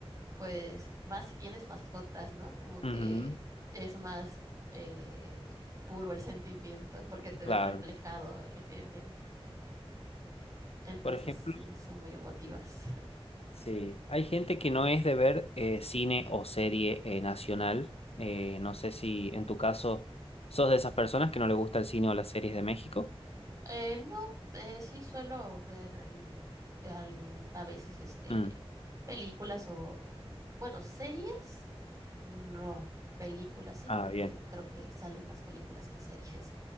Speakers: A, on the right (about 35°); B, on the left (about 75°).
A: pues más si tienes mascotas, ¿no? Como
B: Ujú,
A: que es más eh, puro el sentimiento porque te
B: claro.
A: ves reflejado e- en él. Entonces
B: Por ejemplo.
A: sí, son muy emotivas. <laughs>
B: Sí, hay gente que no es de ver eh, cine o serie eh, nacional. Eh, no sé si en tu caso sos de esas personas que no le gusta el cine o las series de México.
A: Eh, no, eh, sí suelo ver el- al- a veces este,
B: Mm,
A: películas o, bueno, series, no, películas sí,
B: Ah,
A: porque
B: bien,
A: creo que salen más películas que series.